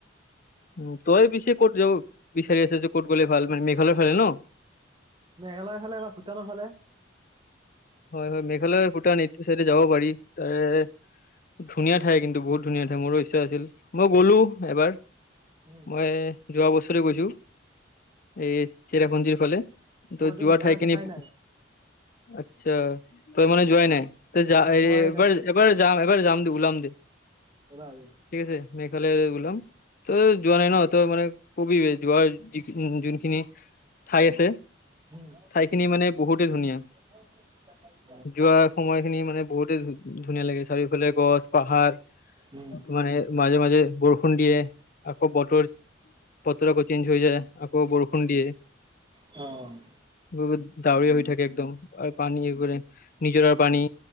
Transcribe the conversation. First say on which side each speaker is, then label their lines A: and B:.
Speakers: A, on the left; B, on the right.
A: উমঁ তই পিচে ক'ত যাব বিচাৰি আছ যে ক'ত গ'লে ভাল মে মেঘালয় ফালে ন।
B: মেঘালয়ৰ ফালে বা ভূটানৰ ফালে।
A: হয়ঁ হয়ঁ। মেঘালয় ভূটান এইটো চাই যাব পাৰি, তাৰে- ধুনীয়া ঠাই কিন্তু বহুত ধুনীয়া ঠাই। মোৰো ইচ্ছা আছিল মই গ'লো এবাৰ-
B: উম,
A: মই যোৱা বছৰে গৈছোঁ। এই চেৰাপুঞ্জিৰ ফাললে,
B: মইতো
A: ত জোৱা
B: মেঘালয়
A: ঠাইখিনি।
B: দেখাই নাই,
A: আচ্ছা ত মানে যোৱায় নাই তই যা
B: মই যোৱাই নাই।
A: বৰ- এবাৰ যাম। এবাৰ যাম দে ওলাম দে
B: ওলাবি।
A: ঠিক আছে। মেঘালয় ওলায়, তই যোৱা নাই ন, তই মান কবি বেহ, যোৱাৰ যি যোনখিনি ঠাই আছে।
B: উম,
A: ঠাই খিনি মানে বহুতে ধুনীয়া।
B: <unintelligible>
A: যোৱা সময়খিনি মানে বহুতেই ধুনীয়া লাগে, চাৰিওফালে গছ, পাহাৰ
B: উম,
A: তোমাৰ সেই মাজে মাজে বৰষুণ দিয়ে, আকৌ বতৰ বতৰ আকৌ চেঞ্জ হৈ যায়, আকৌ বৰষুণ দিয়ে।
B: অহ'।
A: ৰ'দ ডাৱৰীয়া হৈ থাকে একদম আৰু পানী এইবোৰে, নিজৰাৰ পানী।